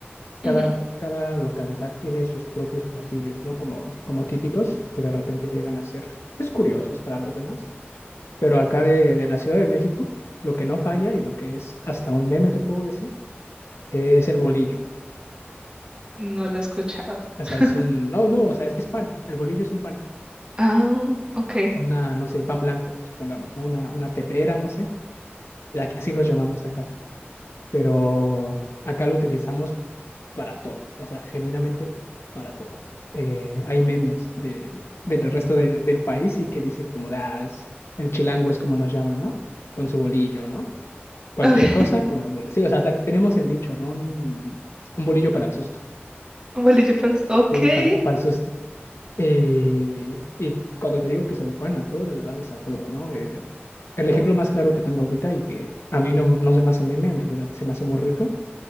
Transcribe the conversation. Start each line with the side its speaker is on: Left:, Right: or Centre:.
Left: cada,
Right: Ujú,
Left: cada localidad tiene sus propios platillos, ¿no? Como, como típicos que de repente llegan a ser, pues curiosos para los demás. Pero acá de, de la Ciudad de México, lo que no falla y lo que es hasta un meme, te puedo decir, es el bolillo.
Right: No lo he escuchado.
Left: O sea,
Right: <laughs>
Left: es un, no, no, o sea, es, es pan. El bolillo es un pan,
Right: Ah, ok. ok.
Left: una, no sé, pan blanco, supongamos, ¿no? Una, una telera, no sé. la- así los llamamos acá. Pero acá lo utilizamos para todo, o sea, genuinamente para todo. Eh, hay memes de, del resto de- del país y que dicen como, de, ah, es, el chilango es como nos llaman, ¿no? Con su bolillo, ¿no? cualquier
Right: <laughs>
Left: cosa, bueno, bol- sí, o sea, te- tenemos el dicho, ¿no? Un, un bolillo para el susto,
Right: Bolillo okay,
Left: sí, para,
Right: Ok.
Left: el susto. Eh, y cuando te digo que se lo ponen a todo, de verdad es a todo, ¿no? Eh, el ejemplo más claro que tengo ahorita y que a mí no, no se me hace meme, en realidad se me hace muy rico,